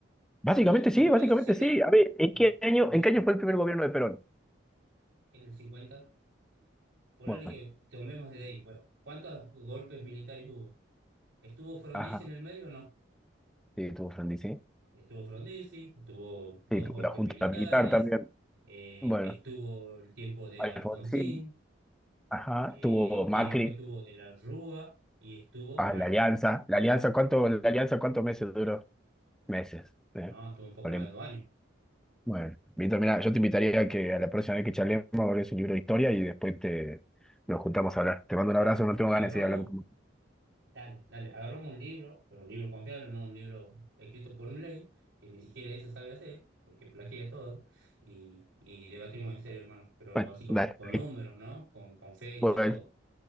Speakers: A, in the centre; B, on the right.
A: Básicamente
B: Vos, si
A: sí,
B: vos
A: básicamente
B: me decís 70,
A: sí. A ver, ¿en qué año,
B: vos
A: en qué año fue el primer gobierno de Perón?
B: en el 50 ponele
A: Bueno.
B: que tomemos desde ahí. Bueno, ¿cuántos golpes militares hubo? ¿Estuvo Frondizi
A: Ajá.
B: en el medio o no?
A: Sí, tuvo Sandy, sí.
B: Estuvo Frondizi, estuvo dos
A: Sí, tuvo
B: golpes
A: la Junta
B: militares,
A: Militar también.
B: eh,
A: Bueno,
B: estuvo el tiempo de
A: Alfonsín,
B: Alfonsín,
A: ajá,
B: eh,
A: tuvo
B: y
A: Macri,
B: después estuvo De la Rúa y estuvo
A: ah,
B: Macri.
A: la Alianza.
B: O
A: La
B: sea,
A: Alianza, ¿cuánto, la Alianza cuántos meses duró? Meses.
B: no,
A: eh.
B: estuvo un poco
A: Vale.
B: más de dos años.
A: Bueno, Víctor, mira, yo te invitaría a que a la próxima vez que charlemos lees un libro de historia y después te nos juntamos a hablar. Te mando un
B: Bueno,
A: abrazo, no
B: agarramos,
A: tengo ganas de seguir hablando con vos.
B: dale, dale, agarramos un libro, pero un libro confiable, no un libro escrito por un ley, que ni siquiera eso sabe hacer, porque plagia todo, y, y debatimos en serio, hermano, pero
A: Bueno,
B: así con,
A: dale.
B: con números, ¿no? Con, con fecha,
A: Bueno,
B: todo.